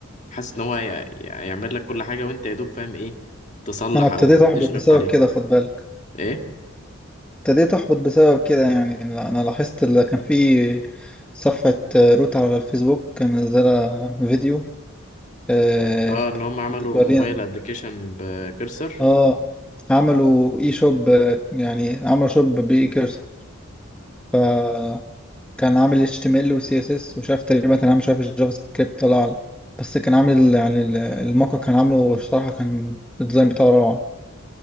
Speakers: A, on the left; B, in the centre.
A: حاسس إن هو ي- ي- يعمل لك كل حاجة وأنت يا دوب فاهم إيه تصلح
B: انا ابتديت
A: أو
B: احبط
A: تشرف
B: بسبب
A: عليه
B: كده خد بالك
A: إيه
B: ابتديت احبط بسبب كده يعني لا، انا لاحظت اللي كان في صفحة آه، روت على الفيسبوك كان منزلة فيديو آه،
A: آه إن هم عملوا
B: بتورينا
A: موبايل أبلكيشن بكرسر
B: اه عملوا اي شوب آه، يعني عملوا شوب باي كيرسر. فكان عامل HTML و CSS ومش عارف تقريبا كان عامل شوية في الجافا سكريبت الله أعلم بس كان عامل يعني ال- الموقع كان عامله الصراحة كان الديزاين بتاعه روعة